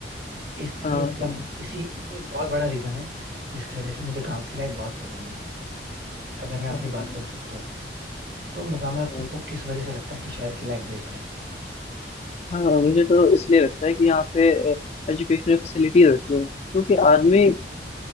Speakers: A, on the right; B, on the left.
A: इसलिए
B: हाँ
A: मतलब
B: हाँ
A: इसी एक बहुत बड़ा रीजन है जिसकी वजह से मुझे गाँव की लाइफ बहुत पसंद है अगर मैं अपनी
B: हाँ
A: बात
B: हाँ
A: करूँ सिर्फ तो तुम बताओ मतलब
B: हाँ।
A: तुमको किस वजह से लगता है कि शहर की लाइफ बेस्ट है
B: हाँ हाँ, मुझे तो इसलिए लगता है कि यहाँ पे एजुकेशनल फैसिलिटीज अच्छी हैं क्योंकि आदमी अ,